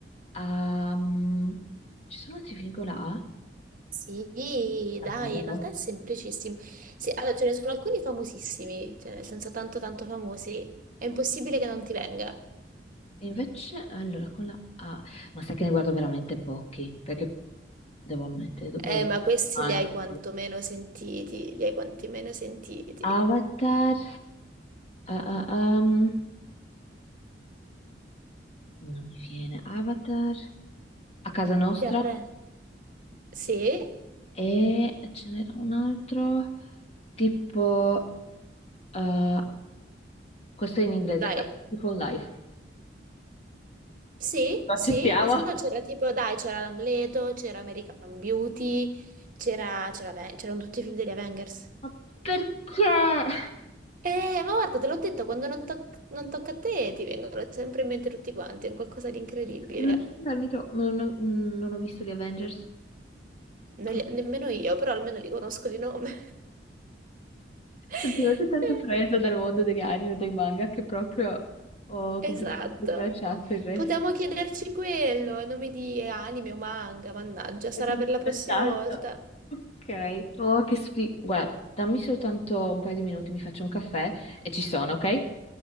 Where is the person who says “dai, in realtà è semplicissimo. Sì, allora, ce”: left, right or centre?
Right